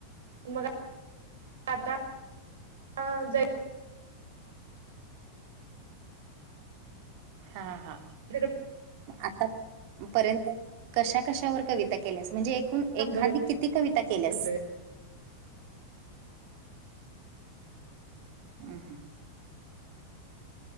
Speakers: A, on the right; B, on the right.
A: मग आ आता <unintelligible>
B: हा हा.
A: तिकडं
B: आता पर्यंत कशा कशावर कविता केल्यास? म्हणजे एकूण
A: नंबर
B: एखादी किती कविता केल्यास?
A: येतोय.
B: हम्म हम्म.